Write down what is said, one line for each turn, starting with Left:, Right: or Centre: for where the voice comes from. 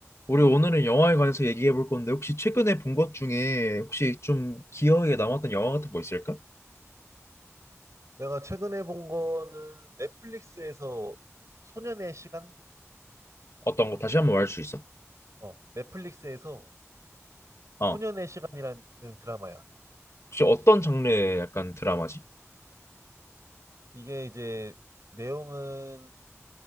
Left: 우리 오늘은 영화에 관해서 얘기해 볼 건데 혹시 최근에 본 것 중에 혹시 좀 기억에 남았던 영화 같은 거 있을까?
Right: 내가 최근에 본 거는 넷플릭스에서 소년의 시간?
Left: 어떤 거 다시 한번 말할 수 있어?
Right: 어, 넷플릭스에서
Left: 어.
Right: 소년의 시간이라는 드라마야.
Left: 혹시 어떤 장르의 약간 드라마지?
Right: 이게 이제 내용은